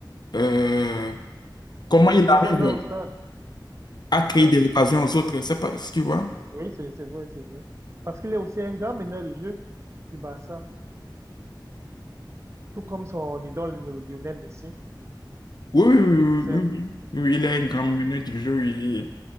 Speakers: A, on the left; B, on the right.
A: euh, comment
B: Son positionnement
A: il arrive
B: là au stade,
A: à
B: c'est
A: créer
B: ça?
A: des occasions aux autres. C'est pas si tu vois.
B: Oui, c'est c'est vrai, c'est vrai. Parce qu'il est aussi un grand meneur de jeu du Barça. Tout comme son idole le- Lionel Messi.
A: Oui, oui, oui,
B: C'est,
A: oui, oui, oui, oui, oui, il est un grand meneur du jeu, oui,